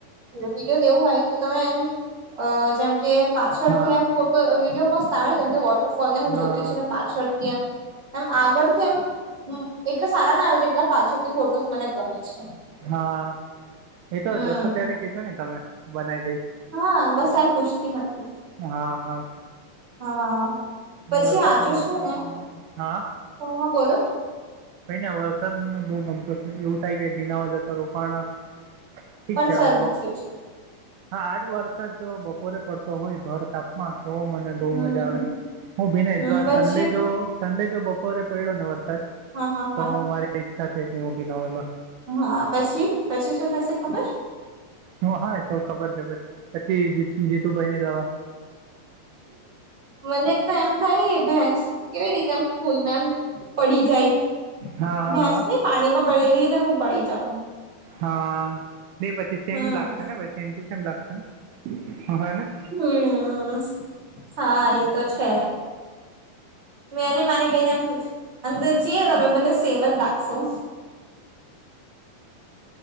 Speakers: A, on the right; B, on the right.
A: વિડિઓ કેવું હોય કે તમે એમ અ જેમ કે પાછળ
B: હા
A: થી એમ ફોટો વિડીયો મસ્ત આવે ને જેમકે વોટરફોલ ને હું
B: હા
A: જોતી છું ને પાછળથી એમ એમ આગળથી એમ એટલા સારાના આવે છે એટલા પાછળથી ફોટોસ મને ગમે છે
B: હા એતો
A: હમ
B: જશો ત્યારે કજો ને તમે બનાવી દઈ
A: હા બસ એમ પૂછતી હતી
B: હા હા
A: હા
B: વરસાદ
A: પછી આજે શું
B: <unintelligible>
A: ને
B: હા
A: હા બોલો
B: કઈ ને વરસાદ મને બઉુ ગમતો છે એવું થાય કે બના હો જતો રોપણ ઠીક
A: પણ
B: છે
A: શરદી
B: હવે
A: થઈ છે
B: હા આજ વર સાદ જો બપોરે પડતો હોય ભર તાપમા તો મને બહુ
A: હમ
B: મજા આવે
A: હમ
B: હું ભિનેશ
A: હમ
B: જો આ
A: પછી
B: સડે જો સન્ડે જો બપોરે પડ્યો ને વર સાદ
A: હા હા હા
B: તો મારી ઈચ્છા થાય કે હું બીનાવ એમાં
A: હા પછી શું થશે ખબર?
B: હ હા તો ખબર છે પછી જીતુભાઈની દવા
A: મને તો એમ થાય ભેસ કેવી રીતે એમ પૂલમાં એમ પડી જાય
B: હા
A: ભેંસ
B: હા
A: ને પાણીમાં પે એવી રીતે હું પડી જઉં.
B: હા પછી સેમ
A: હમ
B: લાગશેને ભાઈ સેમ ટુ સેમ લાગશેને હને
A: હમ હા એ તો છે મે અને મારી બેન અંદર જઈએ તો તમે બને સેમ જ લાગસુ
B: હ <inaudible>